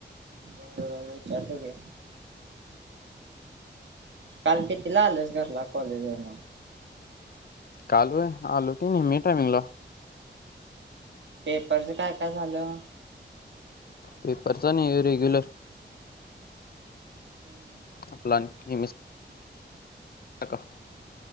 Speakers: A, on the right (about 85°); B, on the left (about 55°).
A: बरोर विचारतो की काल कितीला आलेस घरला कॉलेजन
B: काल आलो की नेहमी टायमिंगला
A: पेपरच काय काय झालं?
B: पेपरचा नाही रेग्युलर
A: हम्म
B: आपला म म <unintelligible>